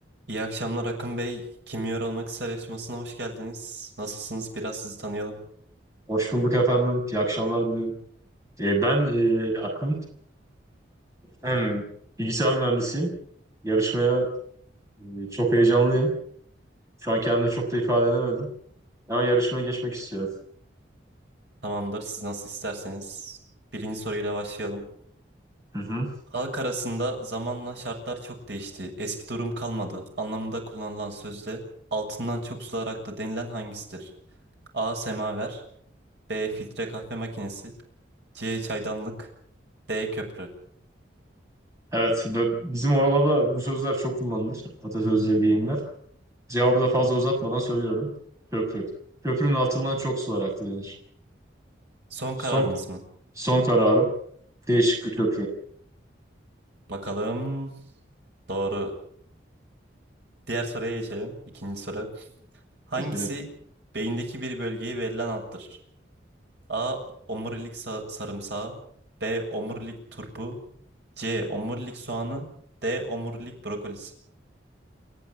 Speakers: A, on the right (about 65°); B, on the right (about 15°).
A: İyi akşamlar Akın Bey. Kim Yer Olmak ister yarışmasına hoş geldiniz. Nasılsınız? Biraz sizi tanıyalım.
B: Hoş bulduk efendim. İyi akşamlar diliyorum. E, ben e, Akın, hem bilgisayar mühendisiyim. Yarışmaya e, çok heyecanlıyım. Şu an kendimi çok da ifade edemedim. Ama yarışmaya geçmek istiyorum.
A: Tamamdır. Siz nasıl isterseniz. Birinci soruyla başlayalım.
B: Hı hı.
A: Halk arasında zamanla şartlar çok değişti. Eski durum kalmadı. Anlamında kullanılan sözde altından çok sular aktı denilen hangisidir? A. Semaver B. Filtre kahve makinesi C. Çaydanlık D. Köprü.
B: Evet, bö- bizim oralarda bu sözler çok kullanılır. Atasözleri, deyimler. Cevabı da fazla uzatmadan söylüyorum. Köprü. Köprünün altından çok sular aktı denir.
A: Son
B: Son,
A: kararınız mı?
B: son kararım değişik bir köprü.
A: Bakalım. Doğru. Diğer soruya geçelim. İkinci soru. Hangisi
B: Geçelim.
A: beyindeki bir bölgeye verilen addır? A. Omurilik sa- sarımsağı B. Omurilik turpu C. Omurilik soğanı D. Omurilik brokolisi